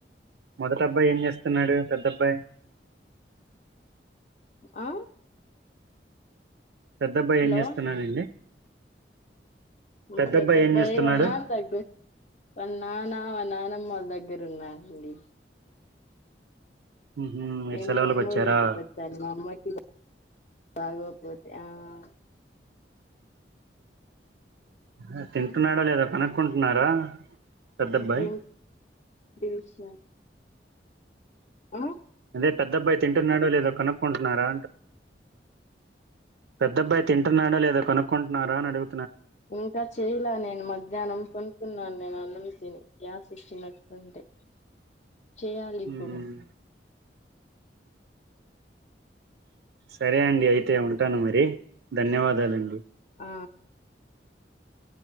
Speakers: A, on the right; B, on the left.
A: మొదట అబ్బాయి ఏం చేస్తున్నాడు పెద్దబ్బాయి
B: ఆ
A: పెద్ద అబ్బాయి
B: హలో
A: ఏం చేస్తున్నాడండి
B: ఉ
A: పెద్ద
B: పెద్దబ్బాయి
A: అబ్బాయి ఏం చేస్తున్నాడు
B: వాళ్ల దగ్గర వాళ్ల నాన్న వాళ్ల నాన్నమ్మోళ్ళ దగ్గర దగ్గర ఉన్నారండి
A: ఉహు మీరు
B: నేను
A: సెలవులకు
B: మా అమ్మోల్ల
A: వచ్చారా
B: ఇంటికి వచ్చాను మా అమ్మకి బాగో పోతే ఆ ఆ
A: ఉ తింటున్నాడా లేదా కనుక్కుంటున్నారా పెద్దబ్బాయి
B: ఓకే తీర్స అ
A: మీ పెద్దబ్బాయి తో తింటున్నాడు లేదో కనుక్కుంటున్నారా పెద్దబ్బాయి తింటున్నాడా లేదా కొనుక్కుంటున్నారా అని అడుగు
B: ఇంకా చేయలా నేను మధ్యాహ్నం పనుకున్నాను నేను అన్నమే తిని గ్యాస్ వచ్చినటుంటే చేయాలి
A: హ్మ్.
B: ఇప్పుడు
A: సరే అండి అయితే ఉంటాను మరి ధన్యవాదాలండి
B: ఆ